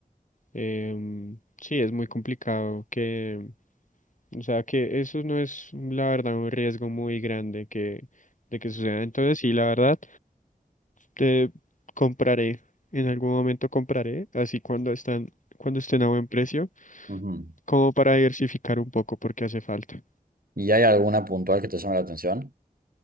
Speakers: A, on the left; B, on the right.
A: em, sí, es muy complicado que, o sea, que eso no es, la verdad, un riesgo muy grande que, de que suceda. Entonces, sí, la verdad, te compraré, en algún momento compraré, así cuando están, cuando estén a buen precio,
B: Ujú.
A: como para diversificar un poco porque hace falta.
B: ¿Y hay alguna puntual que te llame la atención?